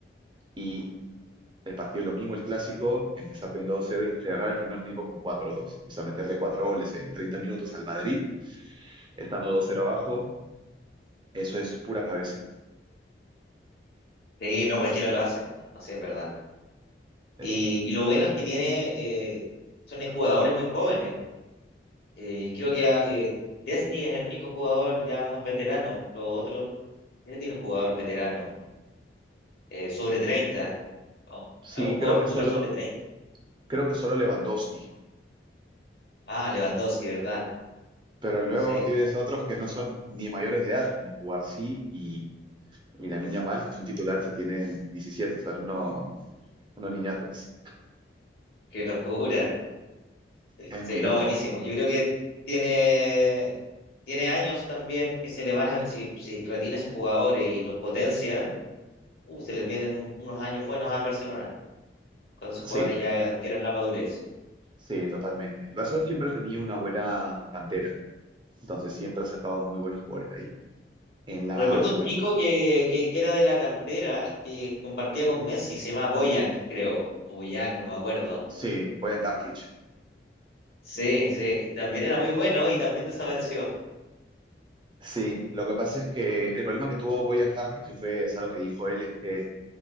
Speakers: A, on the right; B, on the left.
A: Y el partido el domingo, el clásico, empezar perdiendo 2-0 y cerrar el primer tiempo con cuatro 2 O sea, meterle 4 goles en 30 minutos al Madrid, estando 2-0 abajo, eso es pura cabeza.
B: Sí, no cualquiera lo hace, no sé, es verdad.
A: Eh,
B: Y, y lo bueno es que tiene, eh, son jugadores muy jóvenes. Eh, creo que ah, eh, Chesney es el único jugador ya más veterano. Los otros, ese tiene un jugador veterano, eh, sobre treinta Oh,
A: Sí,
B: ¿algún jugador
A: creo que
B: titular
A: solo,
B: sobre treinta
A: creo que solo Lewandowski,
B: Ah, Lewandowski, ¿verdad?
A: pero luego
B: Sí,
A: tienes otros que no son ni mayores de edad, como Cubarsí y, y Lamine Yamal, que son titulares y tienen 17, son unos, unos niñatos.
B: qué locura. <laughs>
A: Es
B: Sí,
A: muy loco.
B: no, buenísimo. Yo creo que tiene, tiene años también que se le van a, si, si retiene a esos jugadores y los potencia, uh, se les vienen un- unos años buenos al Barcelona, cuando esos jugadores
A: Sí,
B: ya adquieran la madurez.
A: sí, totalmente. El Barcelona siempre ha tenido una buena cantera. Entonces siempre ha sacado muy buenos jugadores ahí. En la
B: Recuerdo un
A: plan...
B: chico que, que, que era de la cantera, que compartía con Messi, se llama Boyan, creo, o Boyan, no me acuerdo.
A: Sí, Bojan Tarkic.
B: Sí, sí, también era muy bueno y también desapareció.
A: Sí, lo que pasa es que el problema que tuvo Bojan Tarkic, y fue es algo que dijo él, es que